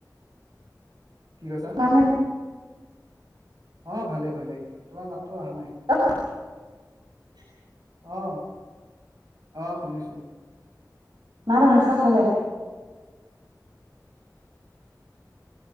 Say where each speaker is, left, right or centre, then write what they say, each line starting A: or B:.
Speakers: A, on the right; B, on the right.
A: কি কৈছা?
B: ভালনে
A: অ! ভালেই, ভালেই তোমাৰ মাতটো অহা নাই।
B: <inaudible>
A: অ! অ! শুনিছো।
B: মা হতে ভাত- চাত খালে?